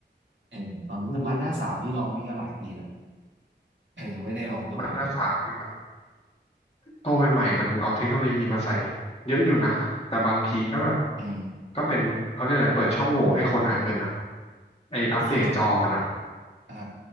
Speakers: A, on the right (about 75°); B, on the left (about 35°).
A: เออตอนมาด้าสามที่ลองนี่ก็หลายปีแล้ว
B: อืม
A: เออไม่ได้ลองตัวใหม่ๆเท่าไหร่
B: มันหน้าสามนี่แบบตัวใหม่ๆมันเอาเทคโนโลยีมาใส่เยอะอยู่นะแต่บางทีก็แบบ
A: เออ
B: ก็เป็นเขาเรียกอะไรเปิดช่องโหว่ให้คนหาเงินอ่ะไออัปเดตจอมันอ่ะ
A: ก็เข้าใจอ่า